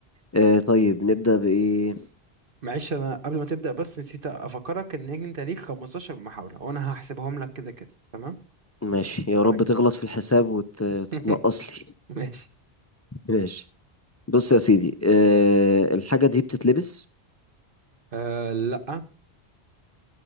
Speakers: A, on the left; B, on the right.
A: أه طيب نبدأ بإيه
B: معلش انا قبل ما تبدأ بس نسيت افكرك ان انت ليك 15 محاولة وانا هحسبهم لك كده كده تمام
A: ماشي يا رب
B: فرق.
A: تغلط في الحساب وتتنقص
B: <laughs>
A: لي
B: ماشي
A: <laughs> ماشي بص يا سيدي أه الحاجة دي بتتلبس
B: أه لا